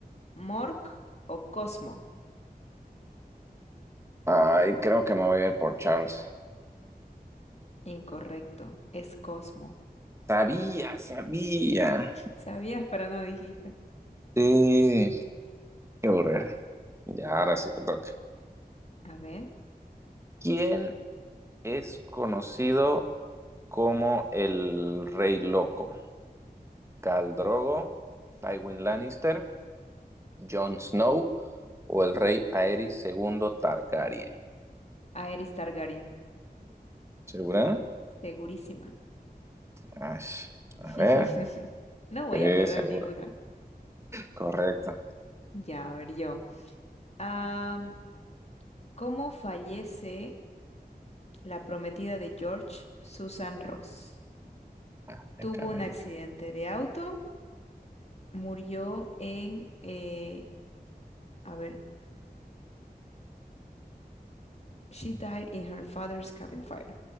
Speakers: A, on the left (about 40°); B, on the right (about 15°).
A: Mork o Cosmo.
B: Ay, creo que me voy a ir por Charles.
A: Incorrecto, es Cosmo.
B: Sabía, sabía.
A: Sabías, pero no dijiste.
B: Sí. Qué aburrida. Ya, ahora sí te toca.
A: A ver,
B: ¿Quién es conocido como el Rey Loco? ¿Khal Drogo, Tywin Lannister, Jon Snow o el Rey Aerys segundo Targaryen?
A: Aerys Targaryen.
B: ¿Segura?
A: Segurísima.
B: Ay, a
A: <laughs>
B: ver.
A: No voy
B: Sí,
A: a perder
B: seguro.
A: ninguna.
B: Correcto.
A: Ya, a ver yo. Am, ¿cómo fallece la prometida de George, Susan Ross?
B: Ay,
A: ¿Tuvo
B: caray.
A: un accidente de auto? murió en, eh, a ver, she died in her father's cabin fire.